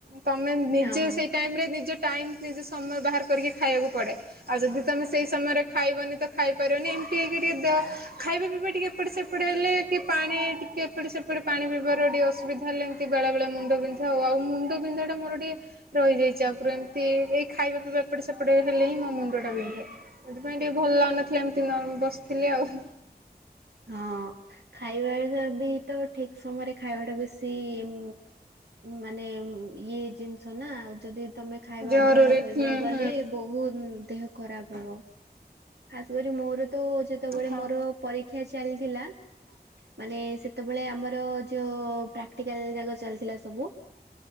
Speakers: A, on the right (about 60°); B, on the right (about 80°).
A: ତମେ ନିଜେ
B: ହଁ।
A: ସେଇ ଟାଇମରେ ନିଜେ ଟାଇମ୍ ନିଜେ ସମୟ ବାହାର କରିକି ଖାଇବାକୁ ପଡ଼େ ଆଉ ଯଦି ତମେ ସେଇ ସମୟରେ ଖାଇବନି ତ ଖାଇପାରିବନି ଏମିତି ହେଇକି ଟିକେ ଦେ ଖାଇବା ପିଇବା ଟିକେ ଏପଟ ସେପଟ ହେଲେ କି ପାଣି ଟିକେ କି ଏପଟେ ସେପଟ ପାଣି ପିଇବାର ଟିକେ ଅସୁବିଧା ହେଲେ ଏମତି ବେଳେ ବଳେ ମୁଣ୍ଡ ବିନ୍ଧା ହଉ ଆଉ ମୁଣ୍ଡ ବିଧା ମୋର ଟିକେ ରହିଯାଇଛି ଆଗରୁ ଏମିତି ଏଇ ଖାଇବା ପିଇବା ଏପଟେ ସେପଟେ ହେଲେ ହିଁ ମୋ ମୁଣ୍ଡ ଟା ବିନ୍ଧେ। ସେଥିପାଇଁ ଟିକେ ଭଲ
B: ହଁ।
A: ଲାଗୁନଥିଲା ଏମିତି ନ ବସିଥିଲି ଆଉ।
B: ହଁ ଖାଇବା ବି ତ ଠିକ୍ ସମୟରେ ଖାଇବା ଟା ବେଶୀ ଉ ମାନେ ଇଏ ଜିନିଷ ନା ଯଦି ତମେ ଖାଇବା
A: ଜରୁରୀ
B: ଅବହେଳା କରିବ
A: ହୁଁ
B: ବଲେ
A: ହୁଁ
B: ବହୁ ଉ ଦେହ ଖରାପ ହବ ଖାସ୍ କରି ମୋର ତ ଯେତେବେଳେ
A: ହଁ
B: ମୋର ପରୀ କ୍ଷା ଚାଲିଥିଲା। ମାନେ ସେତେବେଳେ ଆମର ଯୋଉ ପ୍ରାକ୍ଟିକାଲ ଯାକ ଚାଲିଥିଲା ସବୁ।